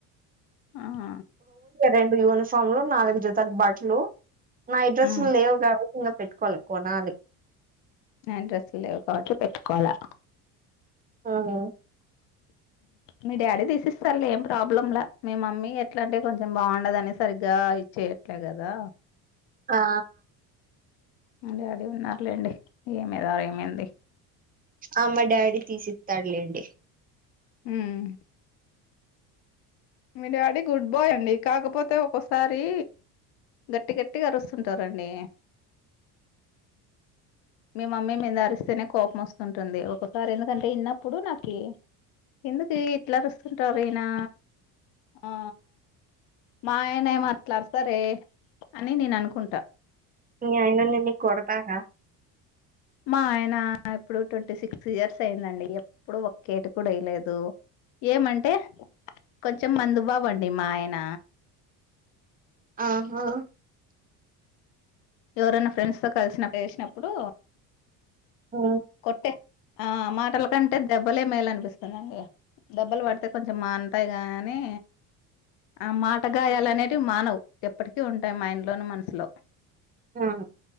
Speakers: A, on the left (about 65°); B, on the right (about 20°).
A: ఆహా
B: రెండు యూనిఫార్మ్లు నాలుగు జతలు బట్టలు నైట్ డ్రెస్లు
A: హ్మ్.
B: లేవు కా ఇంకా పెట్టుకోలే కొనాలి
A: నైట్ డ్రెస్లు లేవు కాబట్టి పెట్టుకోలే
B: ఆహా
A: మీ డాడీ తీసి ఇస్తారులే ఏం ప్రాబ్లంలే మీ మమ్మీ ఎట్లా అంటే కొంచెం బావుండదని సరిగ్గా చెయట్లే కదా
B: ఆ
A: మా డాడీ ఉన్నారులేండి ఏమిదా ఏమైంది
B: ఆ మా డాడీ తీసి ఇస్తాడులేండి
A: హ్మ్ మీ డాడీ గుడ్ బాయ్ అండి కాకపోతే ఒకోసారి గట్టి గట్టిగ అరుస్తుంటారండి మీ మమ్మీ మీద అరిస్తేనే కోపం వస్తుంటుంది ఒకసారి ఎందుకంటే ఇన్నప్పుడు నాకి ఎందుకు ఇట్లా రస్తుంటారు ఈయనా ఆ మా ఆయనే అట్ల అరస్సరే అని నేను అనుకుంటా
B: మీ ఆయన నిన్ను కొడతారా
A: మా ఆయన ఇప్పుడు ట్వంటీ సిక్స్ ఇయర్స్ అయిందండి ఎప్పుడు ఒక్క ఏటు కూడా ఎయలేదు ఏమంటే కొంచెం మందు బాబు అండి మా ఆయన
B: ఆహా
A: ఎవరైనా ఫ్రెండ్స్తో కలిసినప్పుడు ఎసినప్పుడు
B: ఆ
A: కొట్టే ఆ మాటల కంటే దెబ్బలే మేలునిపిస్తుంది అండి దెబ్బలు పడతయ్ కొంచెం మాన్తాయ్ గాని ఆ మాటగాయాలనేటివి మానవ్ ఎప్పటికీ ఉంటాయి మైండ్లోని మనసులో
B: ఆ